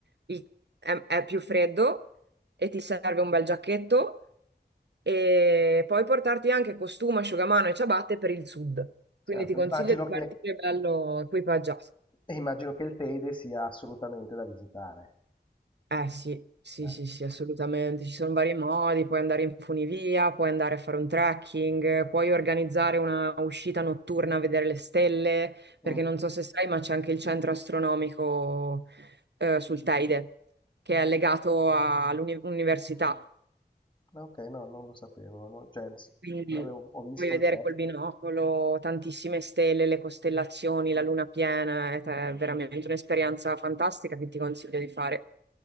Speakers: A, on the right (about 80°); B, on the left (about 25°).
A: il- è, è più freddo e ti serve un bel giacchetto e puoi portarti anche costume, asciugamano e ciabatte per il sud.
B: Certo,
A: Quindi ti consiglio
B: immagino
A: di
B: che,
A: partire bello equipaggiato.
B: eh, immagino che il Teide sia assolutamente da visitare.
A: Eh sì, sì,
B: eh.
A: sì, sì, assolutamente. Ci sono vari modi, puoi andare in funivia, puoi andare a fare un trekking, puoi organizzare una uscita notturna a vedere le stelle, perché
B: Mm,
A: non so se sai, ma c'è anche il centro astronomico eh, sul Teide, che è legato
B: mm.
A: all'università.
B: Ok, no, non lo sapevo. no, cioè, s-
A: Quindi
B: avevo- ho visto
A: puoi vedere
B: il Teide.
A: col binocolo tantissime stelle, le costellazioni, la luna piena, ed è veramente un'esperienza fantastica che ti consiglio di fare.